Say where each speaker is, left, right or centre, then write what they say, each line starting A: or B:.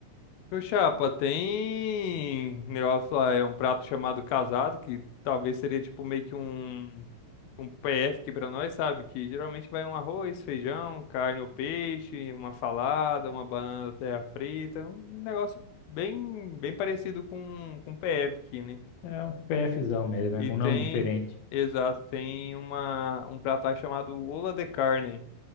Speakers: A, on the left; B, on the left.
A: Meu chapa, tem negócio lá, é um prato chamado casado, que talvez seria tipo meio que um, um PF aqui pra nós, sabe? Que geralmente vai um arroz, feijão, carne ou peixe, uma salada, uma banana terra frita, um negócio bem, bem parecido com, com PF aqui, né?
B: É um PFzão mesmo,
A: E
B: é com
A: tem,
B: um nome diferente.
A: exato, tem uma, um prato lá chamado ola de carne.